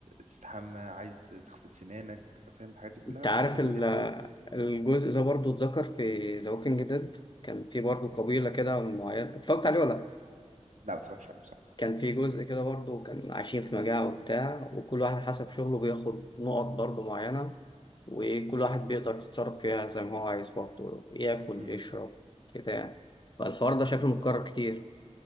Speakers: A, on the right; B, on the left.
A: تستحمى عايز تغسل سنانك فاهم الحاجات دي كلها
B: انت
A: بتاخد
B: عارف ال-
A: من البوينت
B: الجزء ده برضو اتذكر في ذا ووكينج ديد كان في برضو قبيله كده معينه اتفرجت عليه ولا لأ؟
A: لا ما اتفرجش عليه بصراحه
B: كان في جزء كده برضه كان عايشين في مجاعة وبتاع وكل واحد حسب شغله بياخد نقط برضه معينة وكل واحد بيقدر يتصرف فيها زي ما هو عايز برضه ياكل
A: مم.
B: يشرب كده يعني فالحوار ده شكله
A: مم.
B: متكرر كتير